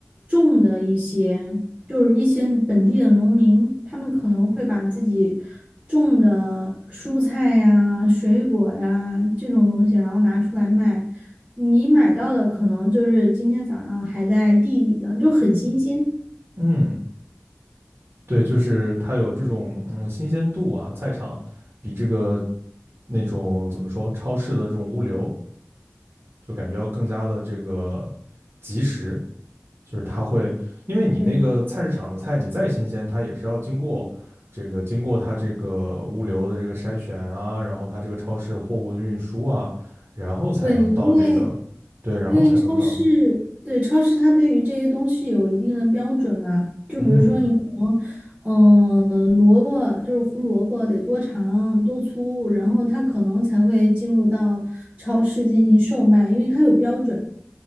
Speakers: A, on the right; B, on the right.
A: 种的一些，就是一些本地的农民，他们可能会把自己种的蔬菜呀、水果呀这种东西，然后拿出来卖。你买到的可能就是今天早上还在地里的，就很新鲜。
B: 嗯。对，就是它有这种嗯新鲜度啊，菜场比这个那种怎么说超市的这种物流，就感觉要更加的这个及时。就是它会，因为你那个菜市场的菜，
A: 对。
B: 你再新鲜，它也是要经过这个经过它这个物流的这个筛选啊，然后它这个超市货物的运输啊，然后才能到这个，
A: 对，因为
B: 对，然后才能到，
A: 因为超市，对，超市它对于这些东西有一定的标准嘛，就比如说你可能，
B: 嗯
A: 嗯、呃萝卜就是胡萝卜得多长多粗，然后它可能才会进入到超市进行售卖，因为它有标准。